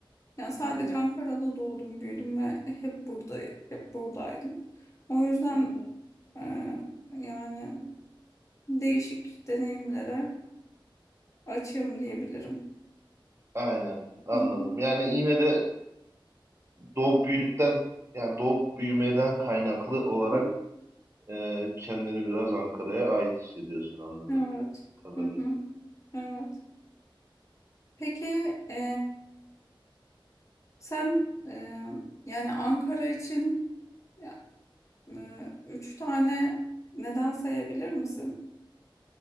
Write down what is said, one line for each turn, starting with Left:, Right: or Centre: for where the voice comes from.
Left: Yani sadece
Right: Hı hı,
Left: Ankara'da doğdum, büyüdüm ve hep burada hep buradaydım. O yüzden
Right: hı hı.
Left: e, yani değişik deneyimlere açığım diyebilirim.
Right: Aynen anladım.
Left: Hı hı,
Right: Yani yine de doğup büyüdükten yani doğup büyümeden kaynaklı olarak
Left: hı.
Right: e, kendini biraz Ankara'ya ait hissediyorsun anladığım
Left: Evet.
Right: kadarıyla.
Left: Hı hı, Evet. Peki e, sen e, yani Ankara için ya, e, üç tane neden sayabilir misin?